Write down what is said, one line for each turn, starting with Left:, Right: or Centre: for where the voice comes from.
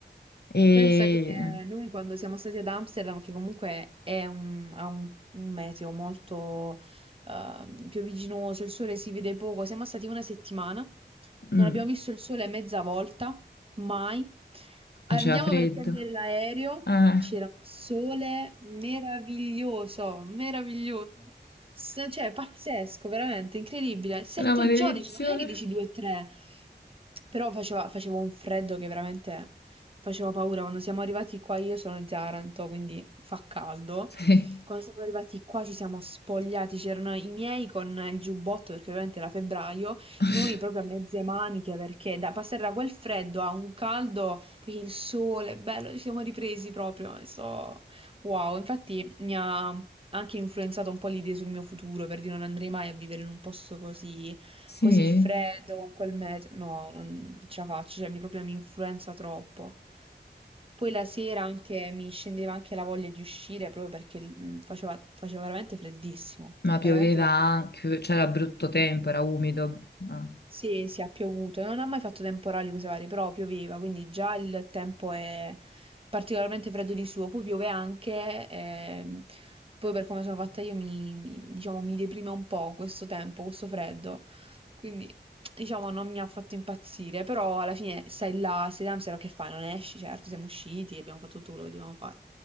Left: E...
Right: Pensa che noi quando siamo stati ad Amsterdam, che comunque è un, ha un, un meteo molto ehm, piombiginoso, il sole si vede poco, siamo stati una settimana,
Left: mm,
Right: non abbiamo visto il sole mezza volta, mai.
Left: faceva
Right: Andiamo
Left: freddo.
Right: per prendere l'aereo,
Left: Ah,
Right: c'era un sole meraviglioso, meraviglioso, S- cioè pazzesco, veramente incredibile. Sette
Left: una maledizione?
Right: giorni, cioè, non è che dici due o tre, però faceva, faceva un freddo che veramente faceva paura. Quando siamo arrivati qua, io sono di Taranto, quindi fa caldo.
Left: Sì.
Right: Quando siamo arrivati qua ci siamo spogliati, c'erano i miei con il giubbotto perché ovviamente era febbraio,
Left: <laughs>
Right: noi proprio a mezze maniche perché da passare da quel freddo a un caldo, poi il sole, bello, ci siamo ripresi proprio, e so, wow, infatti mi ha anche influenzato un po' l'idea sul mio futuro, per dire non andrei mai a vivere in un posto così,
Left: Sì.
Right: così freddo, con quel meteo, no, non ce la faccio, cioè mi proprio mi influenza troppo. Poi la sera anche mi scendeva anche la voglia di uscire proprio perché l- faceva, faceva veramente freddissimo,
Left: Ma pioveva
Right: veramente tanto
Left: anche, c'era brutto tempo, era umido. Ah.
Right: sì, sì, ha piovuto, non ha mai fatto temporali cose varie, però pioveva, quindi già il tempo è particolarmente freddo di suo, poi piove anche, ehm, poi per come sono fatta io mi, mi- diciamo, mi deprime un po' questo tempo, questo freddo, quindi diciamo non mi ha fatto impazzire, però alla fine stai là, sei da Amsterdam, che fai? Non esci, certo, siamo usciti, abbiamo fatto tutto quello che dovevamo fare,